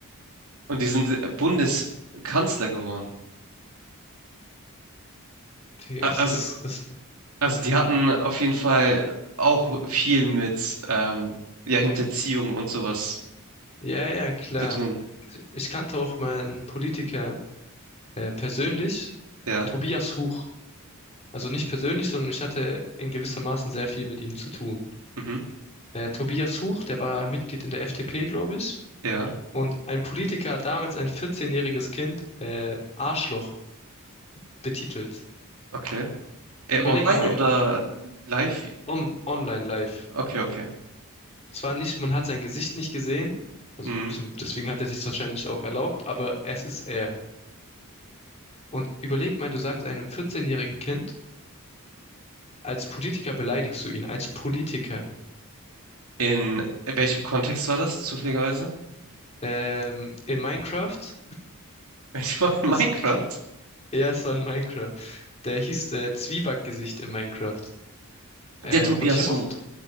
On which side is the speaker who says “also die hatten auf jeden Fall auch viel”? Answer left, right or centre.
Right